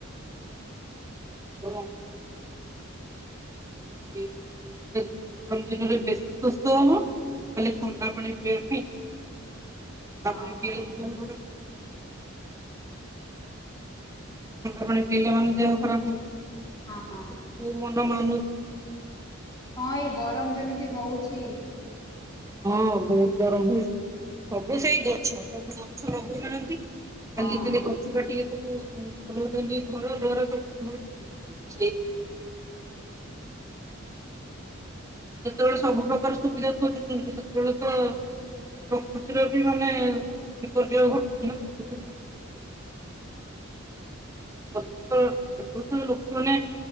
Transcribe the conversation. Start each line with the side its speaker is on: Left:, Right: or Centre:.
Right: <unintelligible> <inaudible> <unintelligible> ଥଣ୍ଡା
Left: ଓହୋ
Right: ପାଣି ପିଆଇ <unintelligible> ଥଣ୍ଡା ପାଣି ପିଇଲା ମାନେ ଦେହ ଖରାପ୍ ହଉଛି
Left: ହଁ
Right: କୋଉ ମନ ମାନୁଛି।
Left: ହଁ ଏଇ ଗରମ ଯେମିତି ହଉଛି
Right: ହଁ ବହୁତ୍ ଗରମ ହୋଇଛି ସବୁ ସେଇ ଗଛ ସବୁ ଗଛ ଲଗଉନାହାନ୍ତି।
Left: ହଁ
Right: ଆଜି କାଲି ଗଛ କାଟିକି ସବୁ ବନଇଛନ୍ତି ଘର ଦ୍ୱାର। <unintelligible> <unintelligible> ଯେତେବେଳେ ସବୁ ପ୍ରକାର ସୁବିଧା <unintelligible> <unintelligible> ପ୍ରକୃତିର ବି ମାନେ ବିପର୍ଯ୍ୟୟ ଘଟୁଛି ନା ସବୁଥିରେ।
Left: ଅହୋ।
Right: ଗଛ ତ ବହୁତ୍ ଲୋକମାନେ